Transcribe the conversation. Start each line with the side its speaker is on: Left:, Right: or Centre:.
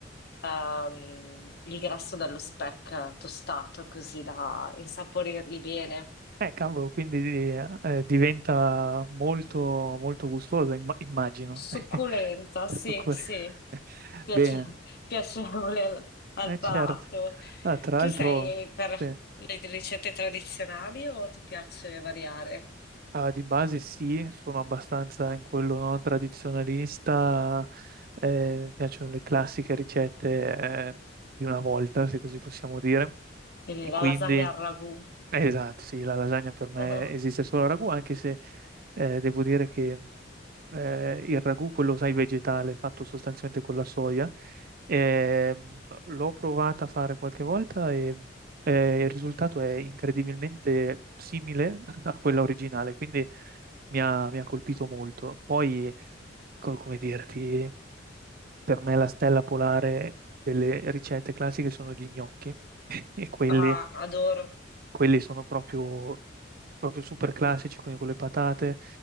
Left: ehm, il grasso dello speck tostato, così da insaporirli bene.
Right: eh, cavolo, quindi eh, diventa molto, molto gustoso, imma- immagino.
Left: Succulenta,
Right: <laughs> Sto
Left: sì,
Right: cu-
Left: sì,
Right: <laughs>
Left: Piace-
Right: Bene.
Left: piacevole al, al
Right: Eh
Left: palato.
Right: certo, Ah, tra
Left: Tu
Right: l'altro
Left: sei per
Right: sì,
Left: le ricette tradizionali o ti piace variare?
Right: ah, di base sì, sono abbastanza in quello no, tradizionalista, eh, mi piacciono le classiche ricette eh, di una volta, se così possiamo dire,
Left: Quindi
Right: e quindi
Left: la lasagna al ragù.
Right: Esatto, sì, la lasagna per me
Left: <laughs>
Right: esiste solo a ragù, anche se eh, devo dire che eh, il ragù, quello sai vegetale, fatto sostanzialmente con la soia, eh, l'ho provata a fare qualche volta e eh, il risultato è incredibilmente simile <laughs> a quella originale, quindi mi ha, mi ha colpito molto. Poi, co- come dirti, per me la stella polare delle ricette classiche sono gli gnocchi <laughs> e quelli.
Left: Ah, adoro.
Right: Quelli sono proprio, proprio super classici, quindi con le patate.